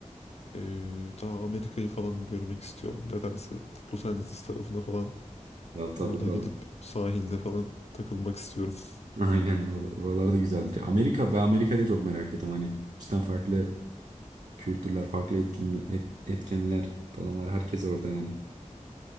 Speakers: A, on the left; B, on the right.
A: Ee, daha Amerika'yı falan bir görmek istiyorum. Nedense Los Angeles tarafına falan
B: Ya tabii
A: orada
B: oralar.
A: gidip
B: <laughs>
A: sahilde falan takılmak istiyorum. <laughs>
B: Aynen or- oralar da güzeldir. Amerika, ben Amerika'da çok merak ettim Hani cidden farklı kültürler, farklı etkin, et- etkenler falan var. Herkes orada yani.